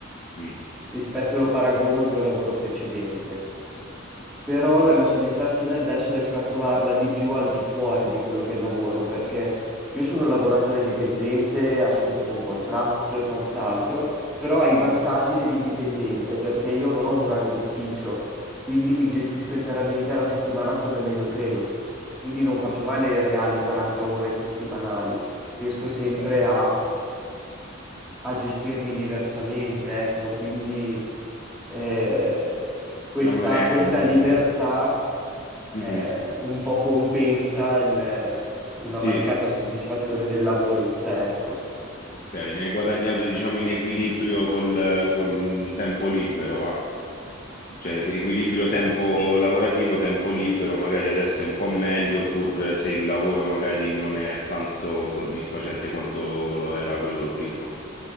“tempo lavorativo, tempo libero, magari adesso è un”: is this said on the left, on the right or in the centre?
Left